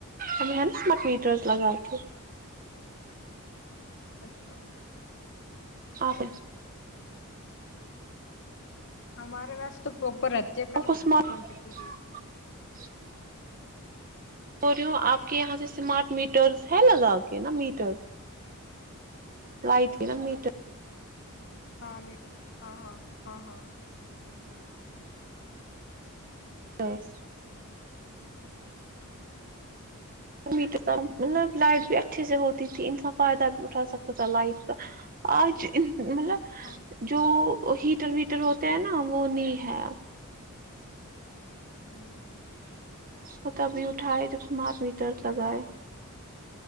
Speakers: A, on the right (about 40°); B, on the left (about 55°).
A: ہم ہ نس مق میٹروز لگاؤ کے
B: اچھا
A: آپ
B: ہمارے واس تو پروپر رہتی
A: <inaudible>
B: کل پتہ نہیں کیوں چلی گئی
A: ہو رہیوں آپ کے یہاں سے اسمارٹ میٹرس ہے لگا کے نا میٹر لائٹ کے نا میٹر
B: ہاں نہیں ہاں ہاں ہاں ہاں
A: ترس مئ تے سم مطلب لائٹ بھی اچھے سے ہوتی تھی انسان فائدہ بھی اٹھا سکتا تھا لائٹ کا اجج مطلب
B: ہاں
A: جو ہیٹر ویٹر ہوتے ہیں نا وہ نہیں ہے
B: ہمم
A: وہ تبھی اٹھائے جب سے مار میں درد لگائے